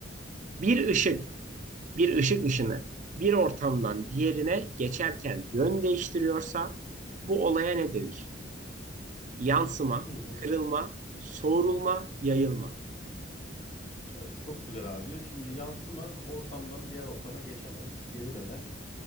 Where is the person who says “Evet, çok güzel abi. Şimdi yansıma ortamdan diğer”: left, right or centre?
Left